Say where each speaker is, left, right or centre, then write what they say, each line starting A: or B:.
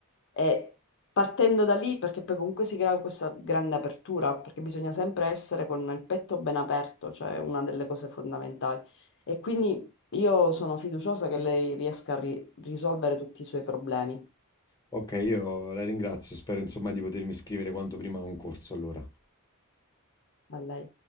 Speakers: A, on the left; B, on the left.
A: E partendo da lì, perché poi comunque si crea questa grande apertura, perché bisogna sempre essere con il petto ben aperto, cioè è una delle cose fondamentali. E quindi io sono fiduciosa che lei riesca a ri- risolvere tutti i suoi problemi.
B: Ok, io la ringrazio, spero insomma di potermi iscrivere quanto prima a un corso allora.
A: A lei.